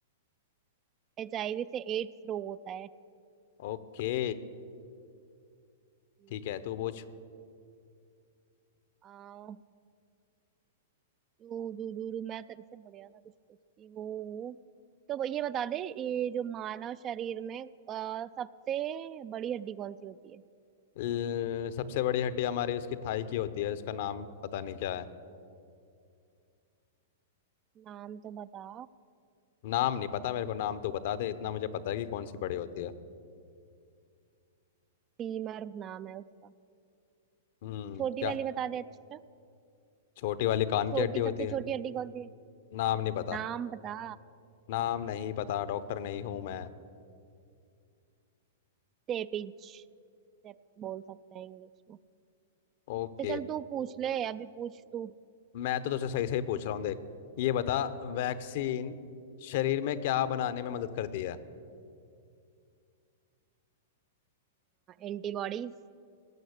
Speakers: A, on the right; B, on the left.
A: एच आई वी से एड्स रोग होता है
B: ओके
A: हम्म,
B: ठीक है तू पूछ
A: आ, दू, दू, दू, दू, मैं तेरे से बढ़िया था कुछ पूछती हूँ तो ये बता दे ये जो मानव शरीर में आ, सबसे बड़ी हड्डी कौन सी होती है
B: ल- सबसे बड़ी हड्डी हमारी उसकी थाई की होती है उसका नाम पता नहीं क्या है
A: नाम तो बता
B: नाम नहीं पता मेरे को नाम तो बता दे इतना मुझे पता है कि कौन सी बड़ी होती है
A: टीमर नाम है उसका
B: हम्म
A: छोटी
B: क्या
A: वाली बता दे अच्छा
B: छोटी वाली कान
A: छोटी
B: की हड्डी होती
A: सबसे
B: है
A: छोटी हड्डी कौन सी है
B: नाम नहीं पता
A: नाम बता
B: नाम नहीं पता डॉक्टर नहीं हूं मैं
A: सेपिज सेप बोल सकते हैं इंग्लिश में
B: ओके
A: अच्छा चल तू पूछ ले अभी पूछ तू
B: मैं तो तुझसे सही सही पूछ रहा हूँ देख ये बता वैक्सीन शरीर में क्या बनाने में मदद करती है
A: एंटीबॉडीज